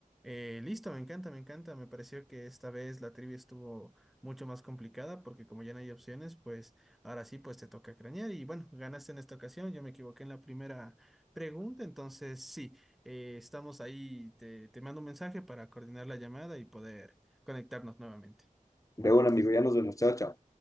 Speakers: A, in the centre; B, on the left (about 25°).
A: Eh, listo, me encanta, me encanta. Me pareció que esta vez la trivia estuvo mucho más complicada porque como ya no hay opciones, pues ahora sí, pues te toca cranear. Y bueno, ganaste en esta ocasión. Yo me equivoqué en la primera pregunta, entonces sí, eh, estamos ahí. Te, te mando un mensaje para coordinar la llamada y poder conectarnos nuevamente.
B: De un amigo, ya nos vemos. Chao, chao.